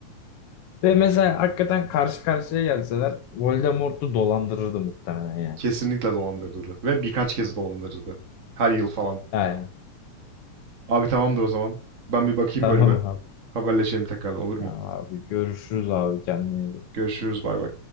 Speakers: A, on the left; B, on the right.
A: Ve mesela hakikaten karşı karşıya gelseler Voldemort'u dolandırırdı muhtemelen yani.
B: Kesinlikle dolandırıldı. Ve birkaç kez dolandırıldı. Her yıl falan.
A: Yani
B: Abi tamamdır o zaman. Ben bir bakayım
A: tamam
B: bölüme.
A: abi.
B: Haberleşelim tekrar olur mu?
A: Tamam abi görüşürüz abi kendine iyi bak.
B: Görüşürüz bay bay.